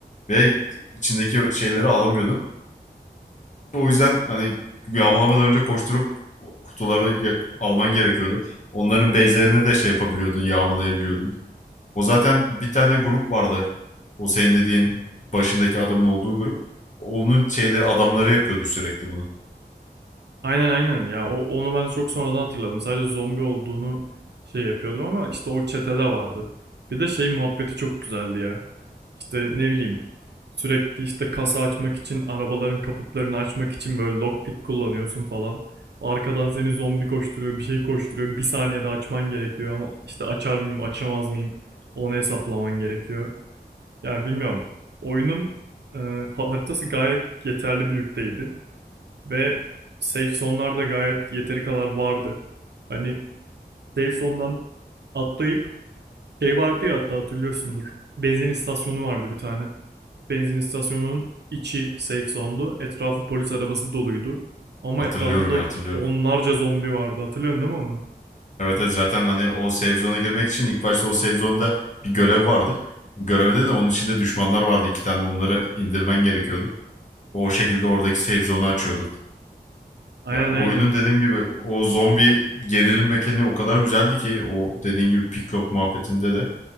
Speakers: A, on the left (about 45°); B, on the right (about 80°).
A: ve içindeki şeyleri alamıyordun. O yüzden hani yağmalamadan önce koşturup kutuları ge- alman gerekiyordu. Onların base'lerini de şey yapabiliyordun, yağmalayabiliyordun. O zaten bir tane grup vardı. O senin dediğin başındaki adamın olduğu grup. Onun şeyleri adamları yapıyordu sürekli bunu.
B: Aynen aynen ya o, onu ben çok sonradan hatırladım. Sadece zombi olduğunu şey yapıyordum ama işte o çetede vardı. Bir de şey muhabbeti çok güzeldi ya. İşte ne bileyim sürekli işte kasa açmak için arabaların kaputlarını açmak için böyle lockpick kullanıyorsun falan. Arkadan seni zombi koşturuyor bir şey koşturuyor bir saniyede açman gerekiyor ama işte açar mıyım açamaz mıyım onu hesaplaman gerekiyor. Yani bilmiyorum oyunun e, haritası gayet yeterli büyükteydi. Ve safe zone'larda gayet yeteri kadar vardı. Hani safe zone'dan atlayıp şey vardı ya hatta hatırlıyorsundur. Benzin istasyonu vardı bir tane. Benzin istasyonunun içi safe zone'du. Etrafı polis arabası doluydu. Ama
A: Hatırlıyorum
B: etrafında
A: ya hatırlıyorum.
B: onlarca zombi vardı. Hatırlıyorsun değil mi onu?
A: Evet evet zaten hani o save zone'a girmek için ilk başta o save zone'da bir görev vardı. Görevde de onun içinde düşmanlar vardı iki tane onları indirmen gerekiyordu. O şekilde oradaki save zone'u açıyordun.
B: Aynen
A: Ya oyunun
B: aynen.
A: dediğim gibi o zombi gerilim mekaniği o kadar güzeldi ki o dediğin gibi picklock muhabbetinde de